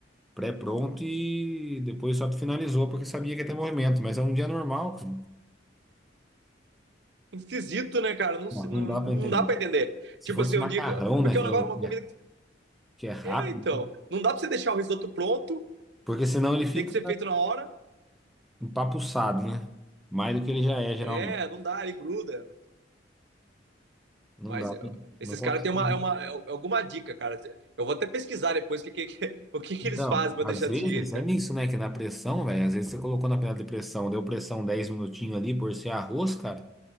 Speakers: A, in the centre; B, on the right.
A: pré-pronto e depois só finalizou porque sabia que ia ter movimento, mas é um dia normal, cara.
B: esquisito, né, cara? Não,
A: Não
B: sei-
A: não
B: não,
A: dá pra
B: não
A: entender.
B: dá pra entender.
A: Se
B: Tipo
A: fosse
B: assim,
A: macarrão,
B: um dia. que eu- Porque
A: né,
B: é
A: que
B: um negócio,
A: é,
B: uma
A: que
B: comida
A: é que é rápido,
B: É, então. Não dá pra você deixar o risoto pronto,
A: porque senão ele fica
B: tem que ser feito na hora.
A: empapuçado, né? Mais do que ele já é, geralmente.
B: É, não dá, ele gruda.
A: Não
B: Mas
A: dá,
B: eu-
A: pra-
B: esses
A: não consigo.
B: caras têm uma, é uma, é alguma dica, cara. Eu vou até pesquisar depois o que, que- que- <laughs> o que, que
A: Então,
B: eles fazem pra
A: às
B: deixar
A: vezes
B: desse jeito, cara.
A: é nisso, né? Que na pressão, velho, às vezes você colocou na panela de pressão, deu pressão 10 minutinhos ali por ser arroz, cara.